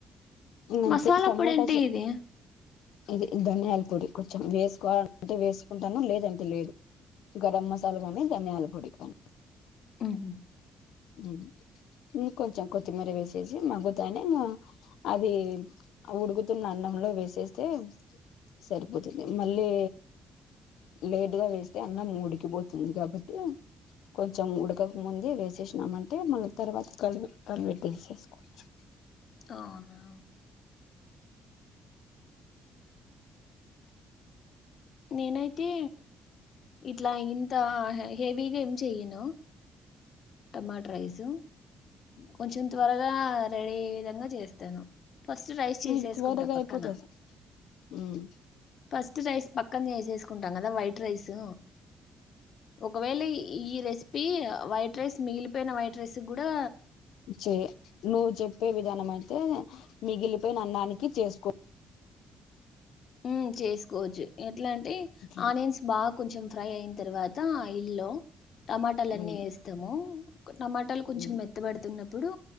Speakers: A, on the left; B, on the left.
A: అంతే
B: మసాలా
A: టమోటస్
B: పొడి అంటే ఇది
A: ఇది ధనియాల పొడి కొంచెం వేసుకోవాలంటే వేసుకుంటాను లేదంటే లేదు గరం మసాలా గాని ధనియల పొడి క
B: ఉహ్
A: ఉహ్ ఇంకొంచెం కొత్తిమీర వేసేసి మగ్గుతానే అ అది ఉడుకుతున్న అన్నం లో వేసేస్తే సరిపోతుంది మళ్లి లేట్గా వేస్తే అన్నం ఉడికిపోతుంది కాబట్టి కొంచెం ఉడకక ముందే వేసేష్ నామంటే మళ్లి తర్వాత కలిపి కలిపిటేసుకోవచ్చు
B: అవునా నేనైతే ఇట్లా ఇంత హెవీగా ఏం చెయ్యను టమాటో రైస్ కొంచెం త్వరగా రెడీ అయ్యే విధంగా చేస్తను ఫస్ట్ రైస్ చేసేసుకుంటా
A: మీకు త్వరగా
B: పక్కన
A: అయిపోతది ఉమ్
B: ఫస్ట్ రైస్ పక్కనే చేసేసుకుంటాం గదా వైట్ రైసు ఒకవేల ఈ రెసిపీ వైట్ రైస్ మిగిలిపోయిన వైట్ రైససు గూడా
A: చే నువ్వు చెప్పే విధానం అయితే మిగిలిపోయిన అన్నానికి చేసుకో
B: ఉమ్ చేసుకోవచ్చు ఎట్లా అంటే
A: ఇట్లా
B: ఆనియన్స్ బాగా కొంచెం ఫ్రై అయిన్ తర్వాత ఐల్లో టమాటాలన్ని
A: ఉమ్
B: వేస్తాము టమాటాలు కొంచెం
A: ఉమ్
B: మెత్తబడుతున్న ప్పుడు